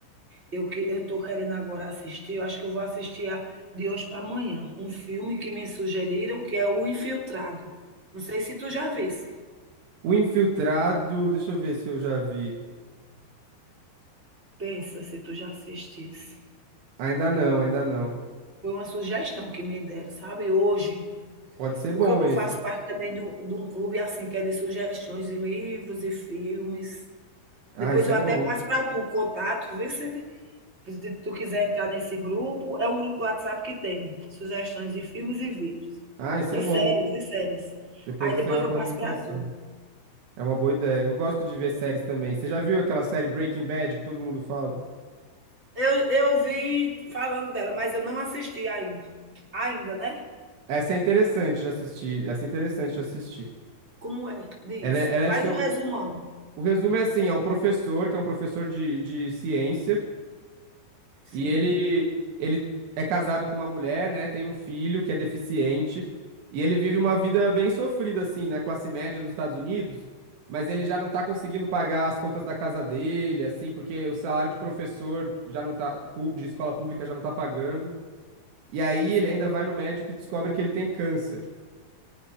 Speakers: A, on the right; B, on the right.
A: Eu, que- eu tô querendo agora assistir, eu acho que eu vou assistir a- de hoje para amanhã, um filme que me sugeriram, que é O Infiltrado. Não sei se tu já visse.
B: O Infiltrado, deixa eu ver se eu já vi.
A: Pensa se tu já assistisse.
B: Ainda não, ainda não.
A: Foi uma sugestão que me deram, sabe? Hoje.
B: Pode ser
A: Porque
B: bom
A: eu
B: esse.
A: faço parte também de um, de um clube assim que é de sugestões de livros e filmes.
B: Ah,
A: Depois
B: isso
A: eu
B: é
A: até
B: bom.
A: passo para tu o contato, vê se, se tu quiser entrar nesse grupo. É um grupo do WhatsApp que tem sugestões de filmes e vídeos.
B: Ah, isso
A: E
B: é
A: séries,
B: bom.
A: e séries.
B: Depois
A: Aí
B: a
A: depois
B: senhora
A: eu
B: pode
A: passo
B: me
A: para
B: passar.
A: tu.
B: É uma boa ideia. Eu gosto de ver séries também. Você já viu aquela série Breaking Bad que todo mundo fala?
A: Eu, eu vi falando dela, mas eu não assisti ainda. Ainda, né?
B: Essa é interessante de assistir. Essa é interessante de assistir.
A: Como é? Diz.
B: Ela é, ela é
A: Faz
B: sobre.
A: o resumão.
B: O resumo é assim, é um professor, que é um professor de, de ciência,
A: Sim,
B: e ele, ele é casado com uma mulher, né? Tem um filho que é deficiente, e ele vive uma vida bem sofrida, assim, na classe média dos Estados Unidos, mas ele já não tá conseguindo pagar as contas da casa dele, assim, porque o salário de professor já não tá, pu- de escola pública já não tá pagando. E aí
A: sim,
B: ele ainda vai no médico e descobre que ele tem câncer.